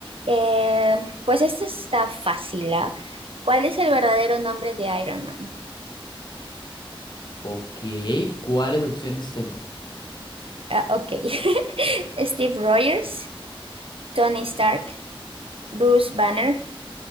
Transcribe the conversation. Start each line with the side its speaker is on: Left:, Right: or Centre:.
Right: Eh, pues esto está fácil, ¿ah? ¿Cuál es el verdadero nombre de Iron Man?
Left: Ok, ¿cuáles opciones tengo?
Right: Ah, ok, <laughs> Steve Rogers, Tony Stark, Bruce Banner,